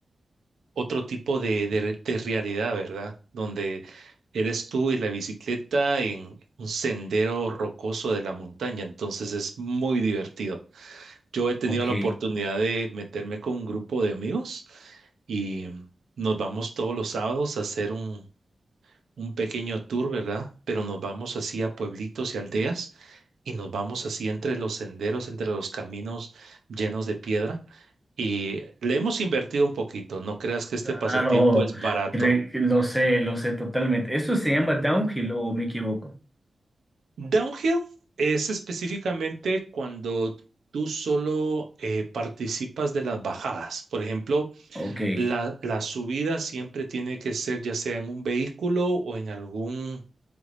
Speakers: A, on the right; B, in the centre.
A: otro tipo de, de- de realidad, ¿verdad? Donde eres tú y la bicicleta en un sendero rocoso de la montaña, entonces es muy divertido. Yo he tenido
B: Ok,
A: la oportunidad de meterme con un grupo de amigos y nos vamos todos los sábados a hacer un, un pequeño tour, ¿verdad? Pero nos vamos así a pueblitos y aldeas y nos vamos así entre los senderos, entre los caminos llenos de piedra y le hemos invertido un poquito. No creas que este
B: Claro,
A: pasatiempo es barato.
B: cre- lo sé, lo sé totalmente. ¿Eso se llama downhill o me equivoco?
A: Downhill es específicamente cuando tú solo eh, participas de las bajadas. Por ejemplo,
B: ok.
A: la, la subida siempre tiene que ser ya sea en un vehículo o en algún